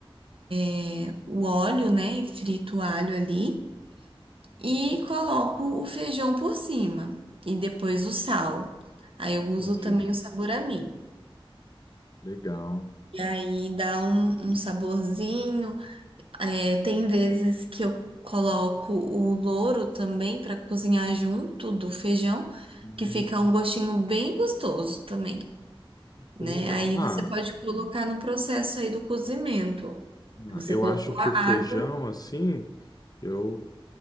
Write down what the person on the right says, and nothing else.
é, o óleo, né? E frito o alho ali. E coloco o feijão por cima. E depois o sal. Aí eu
uso também o saburami.
E aí dá um, um saborzinho. É, tem vezes que eu coloco o louro também para cozinhar junto do feijão,
que fica um gostinho bem gostoso também, né?
Aí
você pode colocar no processo aí do cozimento.
Você
colocou
a
água.